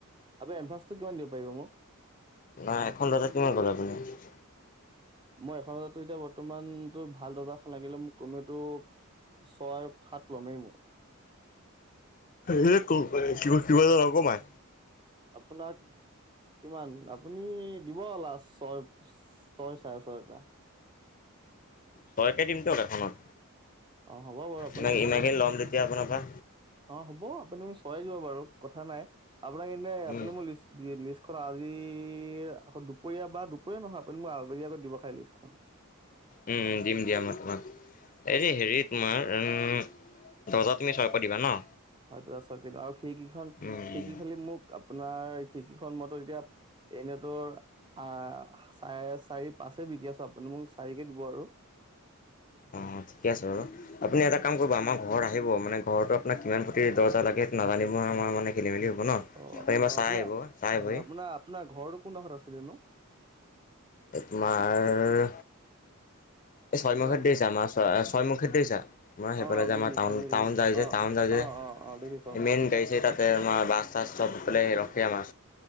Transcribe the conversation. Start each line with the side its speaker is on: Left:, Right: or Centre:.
Right: আপোনি এডভ্ৰটো কিমান দিব পাৰিব মোক
Left: নাই এখন দৰ্জাত কিমান গ'ল আপুনি
Right: মই এখন দৰ্জাত এতিয়া বৰ্তমান তোৰ ভাল দৰ্জাখন লাগিলে মোক কমেওটো ছয় সাত ল'মেই মই
Left: হে কিবা এটা নকমাই
Right: আপোনাক কিমান আপুনি দিব লাষ্ট ছয় ছয় চাৰে ছয়টা
Left: ছয় কে দিমটো এখনত
Right: অ হ'ব বাৰু আপোনাক
Left: ইমান
Right: কেতিয়া
Left: ইমানখিনি ল'ম যেতিয়া আপোনাৰ পৰা।
Right: অ হ'ব আপুনি মোক ছয় দিব বাৰু কথা নাই আপোনা এনে
Left: উম,
Right: আপোনি মোক লিষ্ট দে লিষ্ট আজি আকৌ দুপৰীয়া বা দুপৰীয়া নহয় আপুনি মোক আগি আগত দিব খাই লিষ্টখন
Left: উম উম দিম দিয় তোমাক এইৰি হেৰি তোমাৰ উম দৰ্জা তুমি ছয়কে দিবা ন
Right: হয় ছয়কে দিওঁ কিন্তু আৰু খিৰিকীখন
Left: উম,
Right: খিৰিকি খালি মোক আপোনাৰ খিৰিকীখন মই তো এতিয়া এনেতোৰ আহ চাৰে চাৰি পাঁচ বিকি আছো আপুনি মোক চাৰিকে দিব আৰু
Left: অহ অ ঠিকে আছে বাৰু আপুনি এটা আমাৰ ঘৰত আহিব মানে ঘৰৰতটো আপোনাক কিমান প্ৰতি দৰ্জা লাগে সেইটো নাজানিব মই মানে খেলি মেলি হব ন
Right: অ
Left: এবাৰচাই
Right: অ আপোনাৰ
Left: আহিব চাই আহিবহি
Right: অ আপোনাৰ আপোনাৰ ঘৰটো কোনডোখৰত আছিলেনো
Left: একমাৰ এই ছয়মুখে
Right: কি কয়
Left: দি যামা ছয় ছয়মখে দে যাম <unintelligible> মই সেই
Right: অ
Left: ফালে যাম
Right: দেখিছো চৰ্মিক দেখিছো
Left: টাউন যায যে
Right: অ
Left: টাউন যাই যে
Right: অ অ অ দেখিছো চৰ্মিক
Left: ইমেইন
Right: সেইটো
Left: গাড়ী তাতে আমাৰ বাছ চাছ চবফালে ৰখে আমাৰ